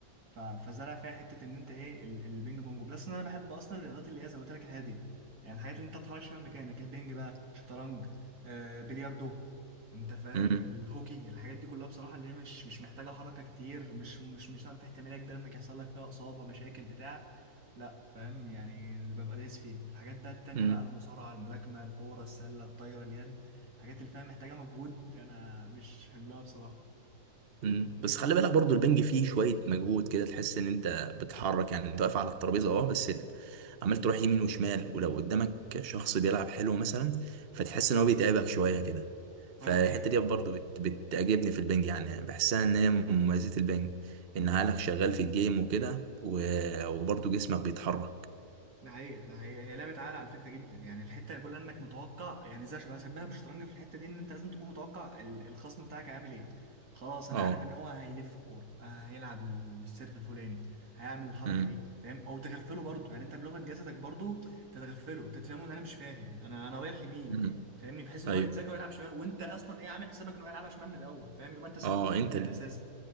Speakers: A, on the right; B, on the right.
A: ف... فزرع فيها حته ان انت ايه ال- البنج بونج بلس ان انا بحب اصلا الرياضات اللي هي زي ما قلت لك الهاديه يعني الحاجات اللي انت ما بتتحركش فيها من مكانك البنج بقى شطرنج آه بلياردو انت فاهم
B: مم،
A: الهوكي الحاجات دي كلها بصراحه اللي هي مش مش محتاجه حركه كتير مش مش مش في احتماليه كبيره انك يحصل لك فيها اصابه مشاكل بتاع لا فاهم يعني ببقى دايس فيه الحاجات بقى التانية
B: مم.
A: بقى المصارعة الملاكمة الكورة السلة الطايرة اليد الحاجات اللي فاهم محتاجة مجهود أنا مش حملها بصراحة
B: مم. بس خلي بالك برضو البنج فيه شوية مجهود كده تحس ان انت بتحرك يعني انت واقف على الترابيزة اه بس ال- عمال تروح يمين وشمال ولو قدامك شخص بيلعب حلو مثلا فتحس ان هو بيتعبك شوية كده فالحتة
A: هو ده حقيقي
B: دي برضو بت... بتعجبني في البنج يعني بحسها ان هي من مميزات البنج ان عقلك شغال في الجيم وكده و... وبرضو جسمك بيتحرك
A: ده حقيقة ده حقيقة هي لعبة عقل على فكرة جدا يعني الحتة اللي كلها انك متوقع يعني زي بشبهها بالشطرنج في الحتة دي ان انت لازم تكون متوقع ال- الخصم بتاعك هيعمل ايه خلاص انا
B: اه
A: عارف ان هو هيلف الكورة آه، هيلعب السيرف الفلاني هيعمل الحركة
B: مم.
A: دي فاهم او تغفله برضو يعني انت بلغة جسدك برضو تتغفله انت تفهمه ان انا مش فاهم انا انا رايح يمين
B: مم.
A: فاهمني بحيث ان
B: ايوه
A: هو يتذاكى ويلعب شمال وانت اصلا ايه عامل حسابك ان هو يلعبها شمال من الاول فاهم يبقى انت سابقه
B: اه
A: بخطوتين
B: انت ال...
A: اساسا